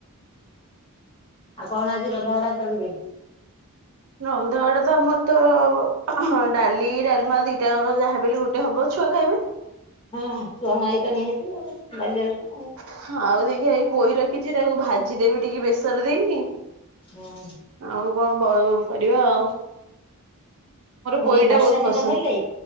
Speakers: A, on the left; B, on the right.
A: ଆଉ କଣ ଆଜି ରନ୍ଧା ବଡା କରିବେ?
B: ରନ୍ଧା ବଡ଼ା ତ ଆମର ତ ଡାଲି ଡାଲମା ଦି ଟା ଆଙ୍କ ଯାହା ବି ହେଲେ ଗୋଟେ ହବ ଛୁଆ ଖାଇବେ।
A: ହଁ ହଁ ଛୁଆଙ୍କ ନାଇ ତ ନିହାତି ଆଉ ବାଲି ଆଲମା।
B: ହଁ ଆଉ ଦେଖିଆ ଏଇ ପୋଇ ରଖିଚି ତାକୁ ଭାଜି ଦେବି ଟିକେ ବେସର ଦେଇକି।
A: ହୁଁ।
B: ଆଉ କଣ ପ କରିବା ଆଉ।
A: ମୋର
B: ପୋଇ
A: ଏ
B: ଟା
A: ବର୍ଷା
B: ବହୁତ ପସନ୍ଦ।
A: ଦିନ ହେଲେ